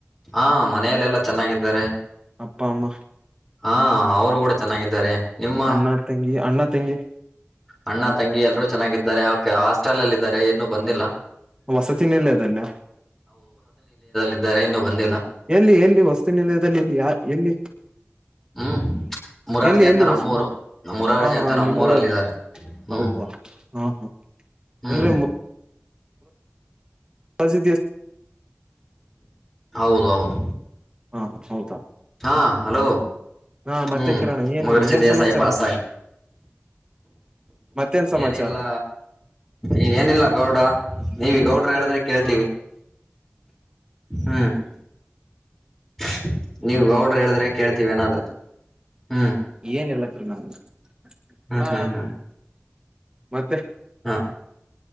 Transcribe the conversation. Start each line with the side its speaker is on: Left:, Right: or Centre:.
Centre: ಹಾ ಮನೆಯಲೆೆಲ್ಲಾ ಚೆನ್ನಾಗಿದ್ದಾರೆ
Right: ಅಪ್ಪ ಅಮ್ಮ
Centre: ಹಾ ಅವರು ಕೂಡ ಚೆನ್ನಾಗಿದ್ದಾರೆ. ನಿಮ್ಮ
Right: ಅಣ್ಣ ತಂಗಿ ಅಣ್ಣ ತಂಗಗೆ
Centre: ಅಣ್ಣ ತಂಗಿ ಎಲ್ಲರರು ಚೆನ್ನಾಗಿದ್ದಾರೆ ಅವ ಹಾಸ್ಟೆಲ್ ಅಲ್ಲ ಇದಿದ್ದಾರೆ ನ್ನು ಬಂದಿಲ್ಲ
Right: ವಸ ಚಿಹನ್ನಲ್ಲ ಅದಲ್ಲ
Centre: ಇದ್ದಾರೆ ಇನ್ನುೂ ಬಂದಿಲ್ಲ
Right: ಎಲ್ಲಿ ಎಲ್ಲಿ ವಸ್ತುನಿಲಯದಲ್ಲಿ ಇಲ್ಲಿ ಯ ಎಲ್ಲಿ
Centre: ಹ್ಮ್ ಮುರಾರ್ಜಿ
Right: ಎಲ್ಲಿ
Centre: ಅಂತ
Right: ಎಲ್ಲಿ
Centre: ನಮ್ಮೂರು
Right: ವಸತಿ ನಿಲಯ?
Centre: ಮುರಾರ್ಜಿ
Right: ಹಾ
Centre: ಅಂತ
Right: ಹಾ
Centre: ನಮ್ಮೂರಲ್ಲಿದ್ದಾರೆ
Right: ನಿಮ್ಮೂರಲ್ಲಿ
Centre: ಹ್ಮ್
Right: ಹೌದಾ ಹಾ ಹಾ
Centre: ಹ್ಮ್
Right: ಅಂದ್ರೆ ಸದ
Centre: ಹೌದೌದು
Right: ಹಾ ಹೌದಾ
Centre: ಹಾ ಹಲೋ
Right: ಹಾ
Centre: ಹ್ಮ್
Right: ಮತ್ತೆ ಕಿರಣ ಏನ್
Centre: ಮಗರಚ
Right: ಏನ್
Centre: ದಸಾಯ
Right: ಸಮಾಚಾರ
Centre: ಪಾಸ
Right: ಮತ್ತೇನ್ ಸಮಾಚಾರ
Centre: ಏನಿಲ್ಲ ಈ ಏನಿಲ್ಲ ಗೌಡ ನೀವುಗೌಟ್ ಹೇಳಿದ್ರೆ ಕೇಳ್ತೀವಿ.
Right: ಹ
Centre: ಹ್ಮ್... <unintelligible> ನೀವು, ಗೌಡ್ರ, ಹೇಳಿದ್ರೆ ಕೇಳ್ತೀವಿ ಏನಾದ್ರು? <inaudible> ಹ್ಮ್... <inaudible>
Right: ಏನ್, ಇಲ್ಲಾ, ಕಿರಣ... <inaudible>
Centre: ಹ್ಮ್,
Right: ಎಲ್ಲಾ
Centre: ಹ್ಮ್, ಹ್ಮ್. <inaudible>
Right: ಮತ್ತೆ. <inaudible>
Centre: ಹಾ,